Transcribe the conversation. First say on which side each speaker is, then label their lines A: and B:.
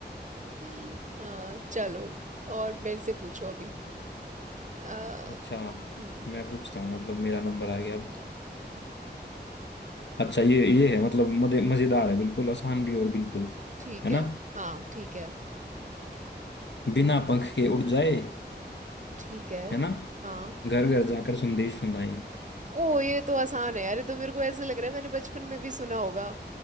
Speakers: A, on the right; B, on the left.
A: <laughs> हाँ चलो और मेरे से पूछो अभी अ,
B: अच्छा
A: हम्म
B: मैं पूछता हूँ मतलब मेरा नंबर आ गया अब अच्छा ये ये है मतलब मजे मजेदार है बिल्कुल आसान भी और बिल्कुल
A: ठीक
B: है ना
A: है हाँ ठीक है
B: बिना पंख के उड़ जाए
A: ठीक है
B: है ना
A: हाँ
B: घर घर जाकर संदेश सुनाए
A: ओ ये तो आसान है यार ये तो मेरे को ऐसे लग रहा है मैंने बचपन में भी सुना होगा